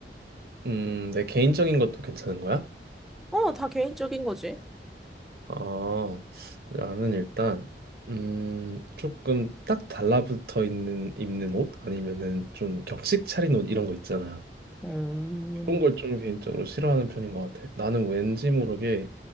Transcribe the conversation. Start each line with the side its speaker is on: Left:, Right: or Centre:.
Right: 음, 내 개인적인 것도 괜찮은 거야?
Centre: 어, 다 개인적인 거지.
Right: 어, 나는 일단, 음, 조금 딱 달라붙어 있는, 입는 옷? 아니면은 좀 격식 차린 옷 이런 거 있잖아.
Centre: 음,
Right: 그런 걸 좀 개인적으로 싫어하는 편인 것 같아. 나는 왠지 모르게